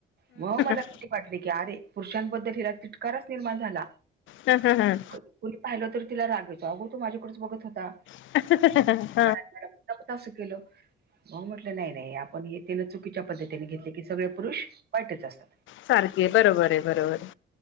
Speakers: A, on the right (about 55°); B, on the left (about 75°).
A: मग मला
B: हा
A: वाटले की अरे पुरुषांबद्दल हिला तिटकाराच निर्माण झाला.
B: हम् हम हं.
A: कुणी पाहिलं तर तिला रागाचो अगो तो माझ्याकडेच बघत होता.
B: <unintelligible>
A: ं केलं म म्हटलं नाही नाही आपण च. चुकीच्या पद्धतीने घेतले की सगळे पुरुष वाईटच असतात.
B: सारखे आहे बरोबर आहे बरोबर आहे.